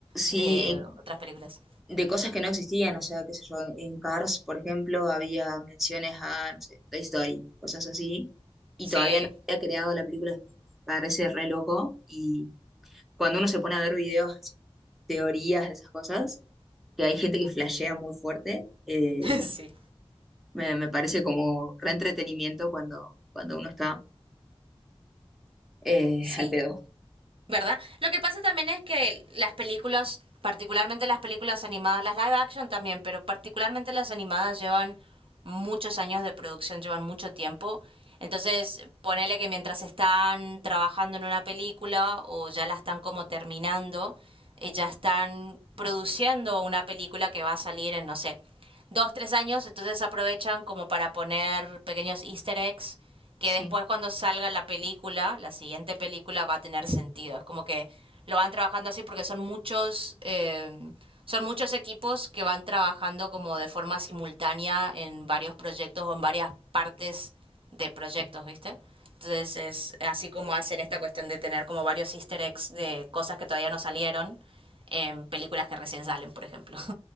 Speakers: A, in the centre; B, on the right.
A: Sí,
B: de otras películas.
A: de cosas que no existían, o sea, qué sé yo, en Cars, por ejemplo, había menciones a, no sé, Toy Story, cosas así, y
B: Sí,
A: todavía no había creado la película, me parece re loco, y cuando uno se pone a ver videos, así, teorías de esas cosas, que hay gente que flashea muy fuerte, eh,
B: <laughs> sí.
A: me, me parece como re entretenimiento cuando, cuando uno está eh,
B: Sí,
A: al pedo.
B: ¿verdad? Lo que pasa también es que las películas, particularmente las películas animadas, las live action también, pero particularmente las animadas llevan muchos años de producción, llevan mucho tiempo. Entonces, ponele que mientras están trabajando en una película o ya la están como terminando, eh, ya están produciendo una película que va a salir en, no sé, dos, tres años, entonces aprovechan como para poner pequeños easter eggs que
A: Sí,
B: después cuando salga la película, la siguiente película va a tener sentido. Es como que lo van trabajando así porque son muchos, eh, son muchos equipos que van trabajando como de forma simultánea en varios proyectos o en varias partes de proyectos, ¿viste? Entonces es así como hacen esta cuestión de tener como varios easter eggs de cosas que todavía no salieron en películas que recién salen, por ejemplo. <laughs>